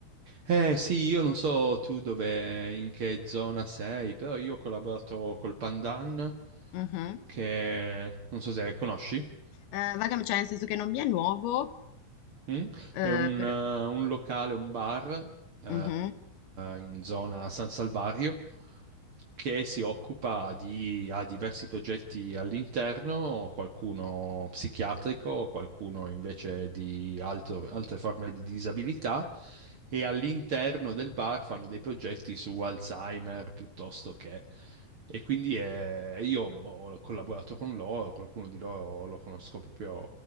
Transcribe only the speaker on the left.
Mhm.
Eh, vagamente, cioè nel senso che non mi è nuovo,
eh,
però...
Mhm.